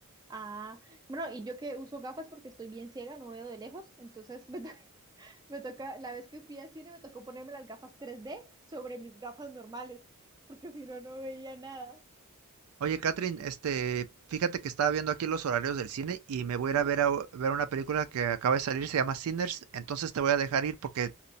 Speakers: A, on the right; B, on the right.
A: Ah, bueno, y yo que uso gafas porque estoy bien ciega, no veo de lejos, entonces me, to- <laughs> me toca, la vez que fui al cine me tocó ponerme las gafas 3D sobre mis gafas normales, porque si no, no veía nada.
B: Oye, Catherine, este, fíjate que estaba viendo aquí los horarios del cine y me voy
A: Ujú.
B: a ir a ver, a ver una película que acaba de salir, se llama Sinners, entonces te voy a dejar ir porque eh,